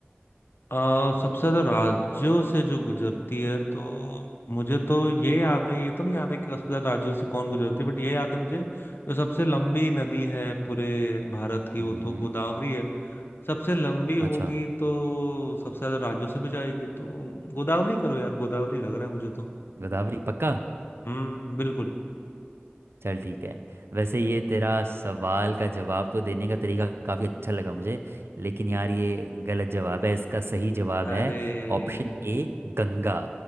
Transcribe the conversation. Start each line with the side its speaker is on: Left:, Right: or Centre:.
Left: अ, सबसे ज्यादा राज्यों से जो गुजरती है तो मुझे तो ये याद है ये तो नहीं याद है कि सबसे ज्यादा राज्यों से कौन गुजरती है बट ये याद है मुझे जो सबसे लंबी नदी है पूरे भारत की
Right: हम्म
Left: वो तो गोदावरी है सबसे लंबी होगी
Right: अच्छा
Left: तो सबसे ज्यादा राज्यों से भी जाएगी तो गोदावरी करो यार गोदावरी लग रहा है मुझे तो
Right: गोदावरी पक्का
Left: हम्म बिल्कुल
Right: चल ठीक है वैसे ये तेरा सवाल का जवाब तो देने का तरीका काफ़ी अच्छा लगा मुझे लेकिन यार ये गलत जवाब है इसका सही जवाब
Left: अरे
Right: है ऑप्शन ए गंगा